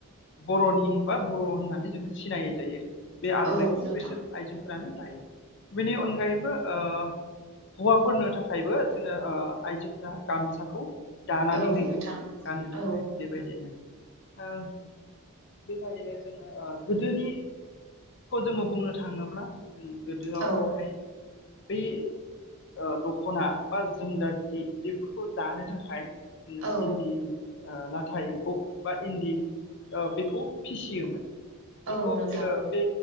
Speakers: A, on the left (about 55°); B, on the right (about 70°).
A: बर'नि बा बर' होननानै जोङो सिनाय जायो। बे आर'नाइखौ
B: औ नोंथां
A: बेसोर आइजोफोरानो दायो। बेनि अनगायैबो ओ हौवाफोरनो थाखायबो जोङो ओ आइजो फ्रा गामसाखौ दानानै
B: औ
A: होयो
B: नोंथां
A: गाननो
B: औ
A: थाखाय बेबायदिनो। ओं। बेबादिनो जोङो ओ गोदोनिखौ जोङो बुंनो थाङोब्ला जों गोदोआवहाय
B: औ
A: बि ओ दख'ना बा जोमग्रा जि बेफोरखौ दानो थाखाय जोङो
B: औ
A: इन्दि ओ लाथा एम्फौ बा इन्दि ओ बेखौ फिसियोमोन
B: औ
A: बेखौ
B: नोंथां
A: ओ बे